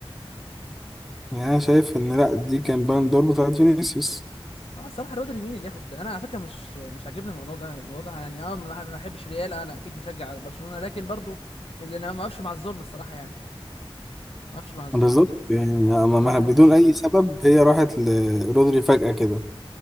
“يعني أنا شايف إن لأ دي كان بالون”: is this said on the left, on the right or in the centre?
Centre